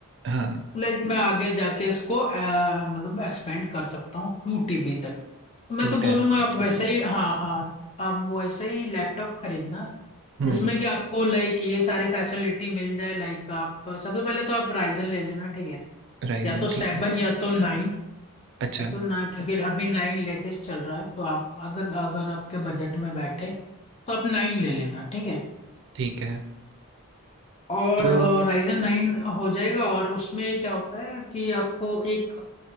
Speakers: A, on the right (about 55°); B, on the left (about 25°).
A: हाँ
B: लाइक मैं आगे जाके इसको अ, मतलब एक्सपेंड कर सकता हूँ टू टीबी तक तो मैं
A: टू
B: तो बोलूंगा
A: टेराबाइट
B: आप वैसा
A: ठीक है
B: ही हाँ हाँ आप वैसा ही लैपटॉप खरीदना
A: हम्म
B: जिसमें कि आपको लाइक ये सारी फैसिलिटी मिल जाए लाइक आप सबसे पहले तो आप राइजन ले लेना ठीक है
A: राइजन
B: या तो सेवन
A: ठीक है
B: या तो नाइन
A: अच्छा
B: तब तो ना क्योंकि अभी नाइन लेटेस्ट चल रहा है तो आप अगर अगर आपके बजट में बैठे तो आप नाइन ले लेना ठीक है
A: ठीक है
B: और
A: तो
B: राइजन नाइन हो जाएगा और उसमें क्या होता है कि आपको एक